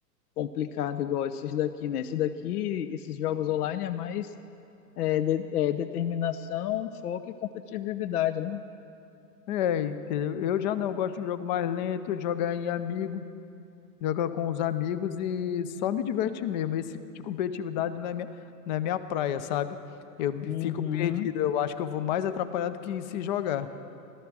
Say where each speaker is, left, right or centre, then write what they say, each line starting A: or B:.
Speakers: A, on the left; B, on the left.
A: complicado igual esses daqui, né? Esses daqui, esses jogos online é mais é, de- é, determinação, foco e competitividade, né?
B: É, entendeu? Eu já não gosto de um jogo mais lento, de jogar em amigo, jogar com os amigos e só me divertir mesmo. Esse tipo de competitividade não é minha, não é minha praia, sabe? Eu me-
A: Uhum.
B: fico perdido, eu acho que eu vou mais atrapalhado que se jogar.